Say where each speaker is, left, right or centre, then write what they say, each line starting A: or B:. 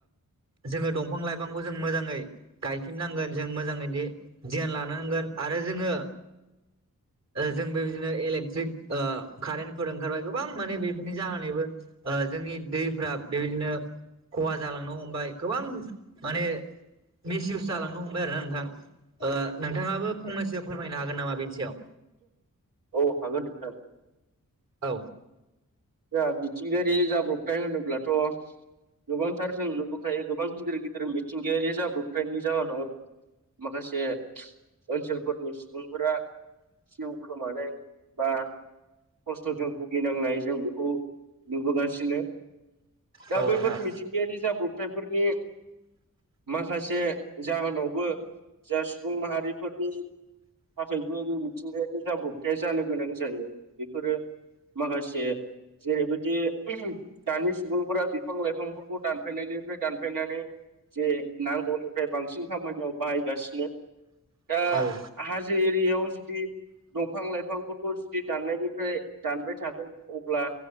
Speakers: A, on the right (about 50°); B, on the right (about 75°).
A: जोङो दंफां लाइफांखौ जों मोजाङै गायफिननांगोन जों मोजाङैनो गियान लानांगोन आरो जोङो जों बेबायदिनो इलेक्ट्रिक कारेन्टफोर ओंखारबाय गोबां माने बेफोरनि जानानैबो ओ जोंनि दै बेबायदिनो खहा जालांनो हमबाय गोबां माने मिसयउस जालांनो हमबाय। आरो ना नोंथां नोंथाङाबो फंनैसोआव फोरमायनो हागोन नामा बेनि सायाव
B: औ हागोन नोंथां
A: औ
B: औ। मिथिंगायारि जाब्रबथाय होनोब्लाथ' गोबांथार जों नुबोखायो गोबां गिदिर गिदिर मिथिंगायारि जाब्रबथायनि जाहोनाव माखासे ओनसोलफोरनि सुबुंफोरा जिउ खोमानो बा खस्थ'जों भुगिनांनाय जों बेखौ नुबोगासिनो दा
A: औ नोंथां
B: बैफोर मिथिंगायारि जाब्रबथायफोरनि माखासे जाहोनावबो जा सुबुं माहारिफोरनि थाखायबो मिथिंगायारि जाब्रबथाया जानो गोनां जायो बेफोरो माखासे जेरैबायदि दानि सुबुंफोरा बिफां लाइफांफोरखौ दानफैनायनिफ्राय दानफैनानै जे नांगौनिफ्राय बांसिन खामानियाव बाहायगासिनो। दा
A: औ
B: हाजो एरियायाव जुदि दंफां लाइफांफोरखौ जुदि दाननायनिफ्राय दानबाय थागोन अब्ला